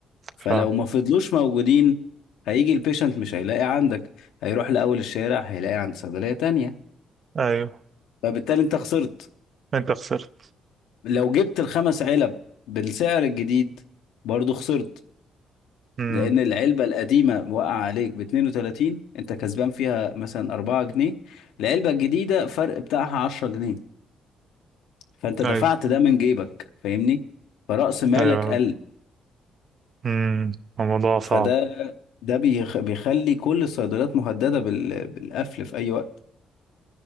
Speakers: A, on the left; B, on the right.
A: فلو
B: فاهم
A: ما فضلوش موجودين هيجي البيشنت مش هيلاقي عندك هيروح لأول الشارع هيلاقي عند صيدلية تانية
B: ايوه
A: فبالتالي انت خسرت
B: انت خسرت
A: لو جبت الخمس علب بالسعر الجديد برضو خسرت
B: امم
A: لأن العلبة القديمة وقع عليك ب 32 انت كسبان فيها مثلا 4 جنيه العلبة الجديدة فرق بتاعها 10 جنيه فانت دفعت
B: ايوه
A: ده من جيبك فاهمني فرأس مالك
B: ايوه
A: قل
B: امم الموضوع صعب
A: فده ده بيخ... بيخلي كل الصيدليات مهددة بال... بالقفل في اي وقت